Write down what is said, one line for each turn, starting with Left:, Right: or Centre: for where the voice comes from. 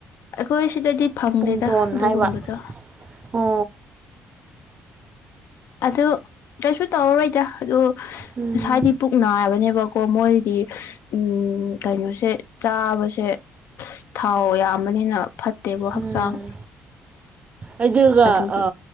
Left: ꯑꯩꯈꯣꯏ ꯁꯤꯗꯗꯤ ꯐꯪꯗꯦꯗ
Right: ꯄꯨꯡꯇꯣꯟ
Left: ꯑꯗꯨꯒꯨꯝꯕꯗꯣ
Right: ꯍꯥꯏꯕ ꯑꯣ
Left: ꯑꯗꯨ ꯀꯩꯁꯨ ꯇꯧꯔꯔꯣꯏꯗ ꯑꯗꯨ
Right: ꯎꯝ
Left: ꯉꯁꯥꯏꯗꯤ ꯄꯨꯛ ꯅꯥꯏꯕꯅꯦꯕꯀꯣ ꯃꯣꯏ ꯗꯤ ꯎꯝ ꯀꯩꯅꯣꯁꯦ ꯆꯥꯕꯁꯦ ꯊꯥꯎ ꯌꯥꯝꯕꯅꯤꯅ ꯐꯠꯇꯦꯕ ꯍꯛꯆꯥꯡ
Right: ꯎꯝ ꯑꯩ ꯑꯗꯨꯒ
Left: ꯑꯗꯨꯒꯤ
Right: ꯑ